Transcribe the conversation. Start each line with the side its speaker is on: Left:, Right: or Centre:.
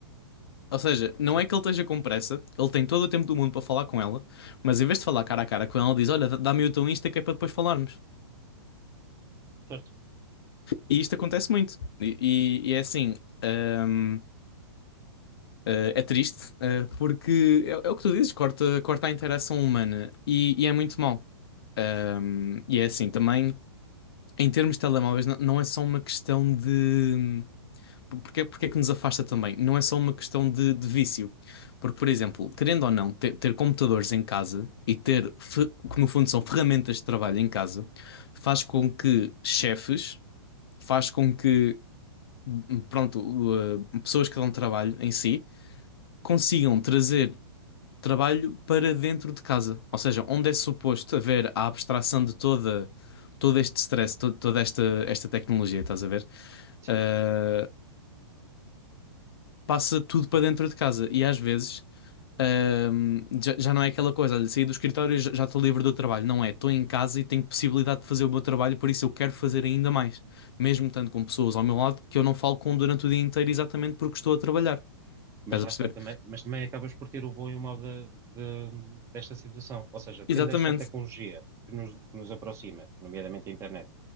Left: Ou seja, não
Right: Certo,
Left: é que ele esteja com pressa, ele tem todo o tempo do mundo para falar com ela, mas em vez de falar cara a cara com ela, diz: Olha, dá- dá-me o teu Insta que é para depois falarmos.
Right: certo.
Left: E isto acontece muito. E, e- e é assim, hum, eh, é triste, eh, porque é, é o que tu dizes, corta, corta a interação humana e, e é muito mau. Hum, e é assim, também, em termos de telemóveis, não, não é só uma questão de. Porque, é- porque é que nos afasta também? Não é só uma questão de, de vício. Porque, por exemplo, querendo ou não, ter, ter computadores em casa e ter, fe- que no fundo são ferramentas de trabalho em casa, faz com que chefes, faz com que pronto, uh, pessoas que dão trabalho em si, consigam trazer trabalho para dentro de casa. Ou seja, onde é suposto haver a abstração de toda, todo este stress, to- toda esta, esta tecnologia, estás a ver?
Right: Sim.
Left: Uh, passa tudo para dentro de casa. E às vezes. um, já, já não é aquela coisa, olha, saí do escritório e já já estou livre do trabalho. Não é, estou em casa e tenho possibilidade de fazer o meu trabalho, por isso eu quero fazer ainda mais. Mesmo tanto com pessoas ao meu lado que eu não falo com durante o dia inteiro exatamente porque estou a trabalhar.
Right: Mas
Left: Estás
Right: lá
Left: a perceber?
Right: está também, mas também acabas por ter o bom e o mau da- da- desta situação. Ou seja,
Left: Exatamente.
Right: tendo esta tecnologia que nos, que nos aproxima, nomeadamente a internet,